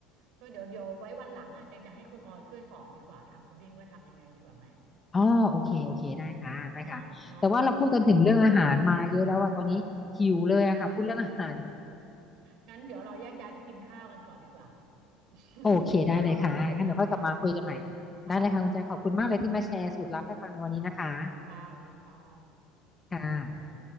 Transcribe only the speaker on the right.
ก็เดี๋ยวเดี๋ยวไว้วันหลังอ่ะจันจะให้คุณออยช่วยสอนดีกว่าทำพุดดิ้งว่าทำยังไงดีกว่าไหม
อืมเนาะเนาะอืม <laughs> งั้นเดี๋ยวเราแยกย้ายไปกินข้าวกันก่อนดีกว่า <laughs>
แล้วก็มาคุยกันใหม่นะค่ะ
ค่ะค่ะสวัสดีค่ะ